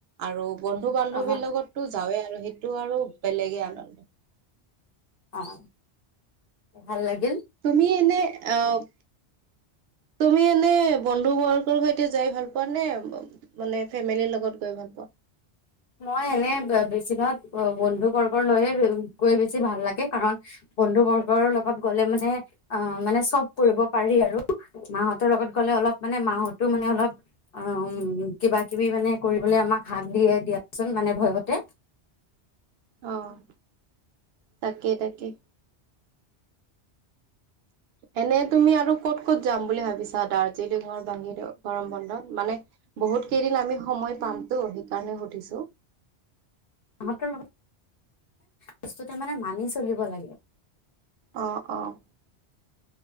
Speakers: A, on the right (about 65°); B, on the left (about 60°).
A: আৰু বন্ধু বান্ধৱীৰ
B: অ',
A: লগতো যাৱে আৰু সেইটো আৰু বেলেগে আনন্দ।
B: অ' ভাল লাগে।
A: তুমি এনে অ' তুমি এনে বন্ধু-বৰ্গৰ সৈতে যাই ভাল পোৱা নে মানে ফেমিলিৰ লগত গৈ ভাল পোৱা
B: মই এনে, বেছিভাগ বন্ধু-বৰ্গৰ লৈয়ে গৈ বেছি ভাল লাগে কাৰণ বন্ধু-বৰ্গৰ লগত গ'লে মানে আ, মানে চব কৰিব পাৰি আৰু মা হতৰ লগত গ'লে অলপ মানে মা হতো মানে অলপ অ' কিবা-কিবি মানে কৰিবলে আমাক হাক দিয়ে দিয়াচোন মানে ভয়তে
A: অ', তাকেই তাকেই। এনে তুমি আৰু ক'ত ক'ত যাম বুলি ভাবিছা দাৰ্জিলিঙৰ বাহিৰেও গৰম বন্ধত? মানে বহুত কেইদিন আমি সময় পামতো সেইকাৰণে সুধিছো।
B: <unintelligible> লগত বস্তুটো মানে মানি চলিব লাগে।
A: অ', অ'।